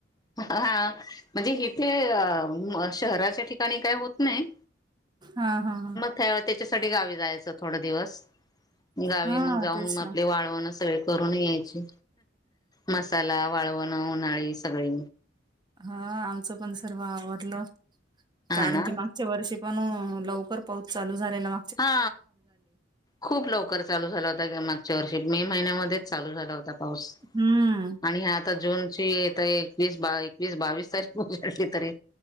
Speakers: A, on the left; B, on the right.
A: हा म्हणजे इथे शहराच्या ठिकाणी काय होत नाही
B: हा हा हा
A: त्या त्याच्यासाठी गावी जायचं थोड दिवस गावी
B: हां,
A: मग जाऊन
B: तेच
A: म आपले
B: ना.
A: वाळवण स करून यायची मसाला वाळवण उन्हाळी सगळी
B: हा आमचं पण सर्व आवरलं
A: हा
B: कारण
A: ना
B: की मग गच्या वर्षी पण लवकर पाऊस चालू झालेलाग
A: हा खूप लवकर चालू झाला होता मागच्या वर्षी मे महिन्यामध्येच चालू झाला होता पाऊस
B: हम्म
A: आणि ह आता जून ची येत एकवीस एकवीस बावीस तारीखली तरी